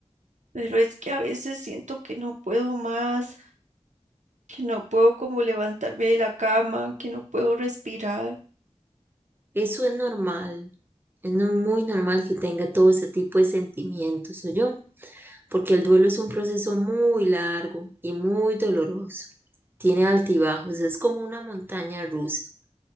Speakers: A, on the right; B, on the right.
A: Pero es que a veces siento que no puedo más, que no puedo como levantarme de la cama, que no puedo respirar.
B: Eso es normal, es no- muy normal que tenga todo ese tipo de sentimientos, yo, porque el duelo es un proceso muy largo y muy doloroso. Tiene altibajos, es como una montaña rusa.